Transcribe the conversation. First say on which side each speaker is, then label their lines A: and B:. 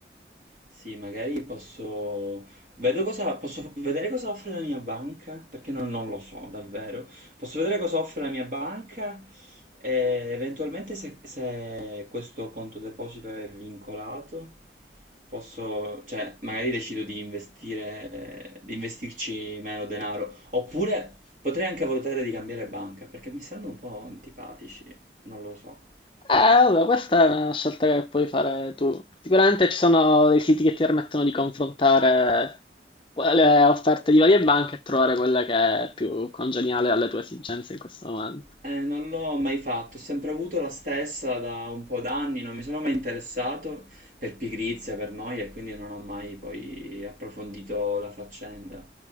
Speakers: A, on the right; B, on the left.
A: Sì, magari posso... Vedo cosa... Posso vedere cosa offre la mia banca, perché non, non lo so davvero. Posso vedere cosa offre la mia banca e eventualmente se, se questo conto deposito è vincolato, posso... Cioè, magari decido di investire, eh, di investirci meno denaro. Oppure potrei anche valutare di cambiare banca, perché mi stanno un po' antipatici, non lo so.
B: Eh, allora, questa è una scelta che puoi fare tu. Sicuramente ci sono dei siti che ti permettono di confrontare le offerte di varie banche e trovare quella che è più congeniale alle tue esigenze in questo momento.
A: Eh, non l'ho mai fatto, ho sempre avuto la stessa da un po' d'anni, non mi sono mai interessato per pigrizia, per noia, e quindi non ho mai poi approfondito la faccenda.